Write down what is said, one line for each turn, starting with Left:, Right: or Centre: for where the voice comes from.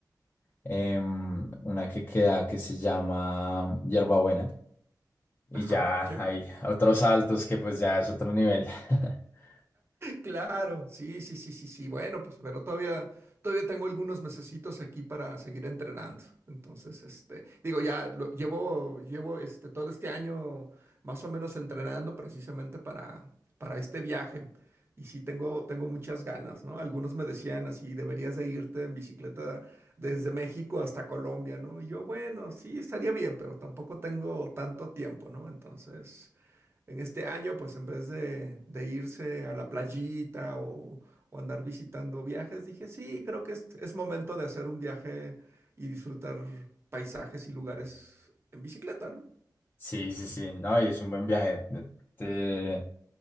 Left: em, una que queda que se llama Hierbabuena y
Right: Ajá,
Left: ya
Right: sí.
Left: hay otros saltos que pues ya es otro nivel. <laughs>
Right: Claro, sí, sí, sí, sí, sí. Bueno, pues, pero todavía, todavía tengo algunos mesecitos aquí para seguir entrenando. Entonces, este, digo, ya lo, llevo, llevo, este, todo este año más o menos entrenando precisamente para, para este viaje. Y sí, tengo, tengo muchas ganas, ¿no? Algunos me decían así, deberías de irte en bicicleta desde México hasta Colombia, ¿no? Y yo, bueno, sí, estaría bien, pero tampoco tengo tanto tiempo, ¿no? Entonces en este año, pues en vez de, de irse a la playita o, o andar visitando viajes, dije, sí, creo que es, es momento de hacer un viaje y disfrutar paisajes y lugares en bicicleta, ¿no?
Left: Sí, sí, sí, no, y es un buen viaje. De- Te,